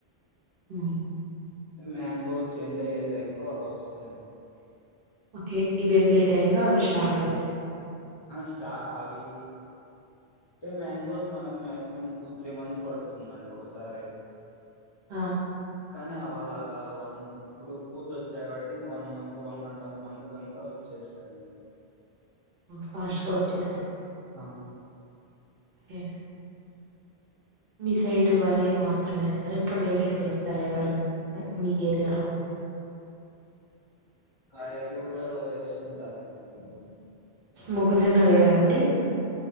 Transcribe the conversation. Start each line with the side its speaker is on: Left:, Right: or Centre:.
Right: మ్మ్
Left: మ్యాంగో స ఎండ్ అయ్యే టైమ్ లో అలా వస్తాయండి
Right: ఓకే ఇవి ఎండ్ అయ్యే టైమ్ లో అవి స్టార్ట్ అవుతాయి
Left: స్టా అవి అంటే మ్యాంగోస్ మనకు మాక్సిమం టూ త్రీ మంత్స్ పడుతుందండి ఒకసారి
Right: ఆ
Left: కానీ అ అలాగా వన్ ఇప్పుడు పూర్ వచ్చాయి కాబట్టి ఇం one month one and half month కంతా వచ్చే యండి
Right: ఫాస్ట్ గా వచ్చే
Left: అ
Right: ఆ మీ సైడ్ వరే మాత్రమే వేస్తారు ఇంకా వేరే వేస్తారా ఎవరైనా మీ ఏరియా లో
Left: కాయగూరులో అలా వేస్తుంటారండి కొంతమంది
Right: మగజొన్న వేయరాండి